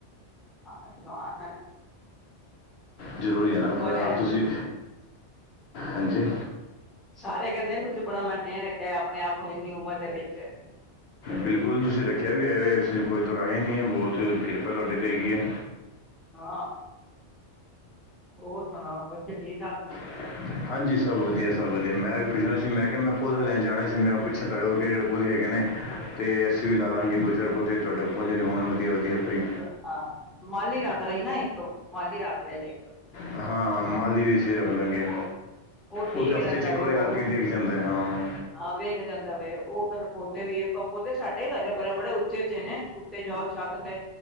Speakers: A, in the centre; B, on the left (about 65°).
A: ਹਾਂ ਜਵਾਨ ਹੈ
B: ਜ਼ਰੂਰੀ
A: ਇੰਨੀ ਉਮਰ
B: ਹੈ ਨਾ ਪਰ ਆਪ ਤੁਸੀਂ ਹਾਂਜੀ
A: ਸਾਰੇ ਕਹਿੰਦੇ ਤੁਸੀਂ ਬੜਾ ਮੈਂਟੇਨ ਰੱਖਿਆ ਆਪਣੇ ਆਪ ਨੂੰ ਇੰਨੀ ਉਮਰ ਦੇ ਵਿੱਚ ਤੇ
B: ਬਿਲਕੁਲ
A: ਬਈ
B: ਤੁਸੀਂ ਰੱਖਿਆ ਵੀ ਹੈ ਵੇ ਇਸ ਵਿੱਚ ਕੋਈ ਦੁਰਾਏ ਨਹੀਂ ਹੈ ਬਹੁਤ ਕਿਰਪਾ ਤੁਹਾਡੇ 'ਤੇ ਹੈਗੀ ਹੈ
A: ਹਾਂ ਹੋਰ ਸੁਣਾਓ ਬੱਚੇ ਠੀਕ ਠਾਕ ਨੇ
B: ਹ ਹਾਂਜੀ ਸਭ ਵਧੀਆ ਸਭ ਵਧੀਆ ਮੈਂ ਵੀ ਪੁੱਛਣਾ ਸੀ ਮੈਂ ਕਿਹਾ ਮੈਂ ਪੌਦੇ ਲੈਣ ਜਾਣਾ ਸੀ ਮੈਂ ਪੁੱਛਿਆ ਤੁਹਾਡੇ ਕੋਲ ਕਿਹੜੇ ਕਿਹੜੇ ਪੋਦੇ ਹੈਗੇ ਨੇ ਅਤੇ ਅਸੀਂ ਵੀ ਲਾ ਲਵਗੇ ਦੋ ਚਾਰ ਪੌਦੇ ਤੁਹਾਡੇ ਪੌਦੇ ਜਿਹੜੇ ਹੋਣ ਵਧੀਆ ਵਧੀਆ ਕੋਈ
A: ਹਾਂ ਮਾਲੀ ਰੱਖ ਲਈ ਨਾ ਇੱਕ ਮਾਲੀ ਰੱਖ ਲਈ ਇੱਕ
B: ਹਾਂ ਹਾਂ ਮਾਲੀ ਵੀ ਅਸੀਂ ਰੱਖ ਲਾਂਗੇ
A: ਉਹ ਠੀਕ
B: ਉਹ ਤੇ ਹਫ਼ਤੇ
A: ਰਹਿੰਦਾ
B: ਚ ਇੱਕ
A: ਵੇ
B: ਵਾਰੀ
A: ਉਹਨੂੰ
B: ਆ ਕੇ ਦੇਖ ਜਾਂਦਾ ਹਾਂ
A: ਹਾਂ ਵੇਖ ਜਾਂਦਾ ਵੇ ਉਹ ਫੇਰ ਪੌਦੇ ਵੀ ਏ ਪੌਦੇ ਸਾਡੇ ਵੀ ਘਾਰੇ ਬੜੇ-ਬੜੇ, ਉੱਚੇ-ਉੱਚੇ ਨੇਂ। ਤੇ ਜਾਓ ਛੱਤ ਤੇ